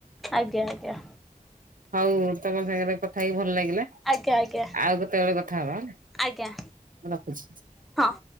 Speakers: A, in the centre; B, on the right.
A: ଆଜ୍ଞା ଆଜ୍ଞା।
B: ହଉ ତମ ସାଙ୍ଗରେ କଥା ହେଇକି ଭଲ ଲାଗିଲା।
A: ଆଜ୍ଞା ଆଜ୍ଞା
B: ଆଉ କେତେବେଳେ କଥା ହେବା ହେଲା
A: ଆଜ୍ଞା
B: ମୁ ରଖୁଛି।
A: ହଁ।